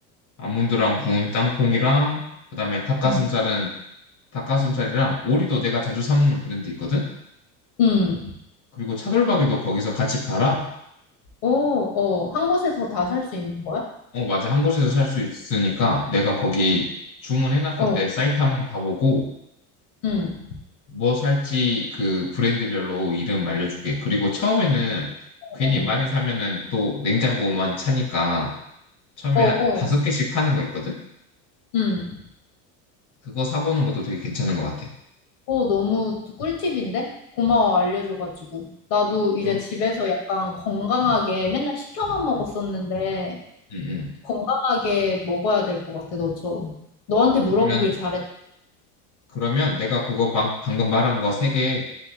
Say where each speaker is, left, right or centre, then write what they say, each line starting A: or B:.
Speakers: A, on the left (about 40°); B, on the left (about 60°).
A: 아몬드랑 구운 땅콩이랑, 그다음에 닭가슴살은
B: 응,
A: 닭가슴살이랑 오리도 내가 자주 사 먹는 브랜드 있거든?
B: 응.
A: 그리고 차돌박이도 거기서 같이 팔아.
B: 오, 어, 한 곳에서 다 살 수 있는 거야?
A: 어, 맞아. 한 곳에서 살 수 있으니까 내가 거기
B: 응,
A: 주문해놨던데
B: 어,
A: 사이트 한번 가보고
B: 응,
A: 뭐 살지 그 브랜드별로 이름 알려줄게. 그리고 처음에는
B: 어,
A: 괜히 많이 사면은 또 냉장고만 차니까 처음에
B: 어, 어,
A: 한 다섯 개씩 파는 거 있거든?
B: 응.
A: 그거 사보는 것도 되게 괜찮은 것 같아.
B: 어, 너무 꿀팁인데? 고마워, 알려줘가지고. 나도 이제
A: 그럼,
B: 집에서 약간 건강하게
A: 음,
B: 맨날 시켜만
A: 음,
B: 먹었었는데,
A: 음, 음. 음.
B: 건강하게 먹어야 될 것 같아, 너처럼. 너한테 물어보길
A: 그러면,
B: 잘했,
A: 그러면 내가 그거 방, 방금 말한 거세개